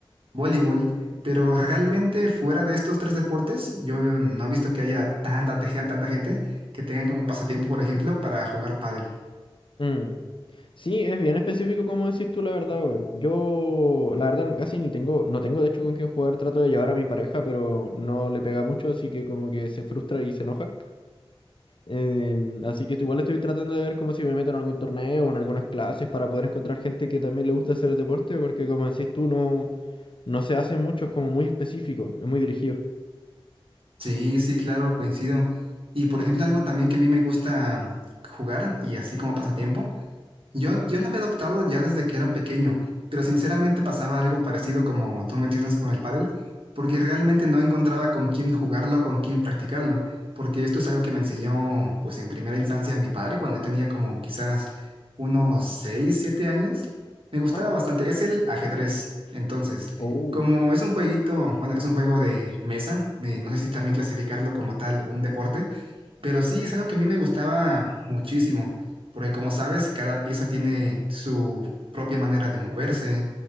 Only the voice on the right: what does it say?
voleibol, pero realmente fuera de estos tres deportes, yo no he visto que haya tanta, te- tanta gente que tengan como pasatiempo, por ejemplo, para jugar pádel.
Sí, sí, claro, coincido. Y por ejemplo, algo también que a mí me gusta jugar y así como pasatiempo Yo, yo la había adoptado ya desde que era pequeño, pero sinceramente pasaba algo parecido como tú mencionas con el pádel, porque realmente no encontraba con quién jugarlo, con quién practicarlo, porque esto es algo que me enseñó, pues en primera instancia mi padre cuando yo tenía como quizás unos 6 7 años. Me
gustaba bastante, es el ajedrez. Entonces,
como es un jueguito, bueno, es un juego de mesa, eh, no sé si también clasificarlo como tal un deporte, pero sí, es algo que a mí me gustaba muchísimo, porque como sabes, cada pieza tiene su propia manera de moverse,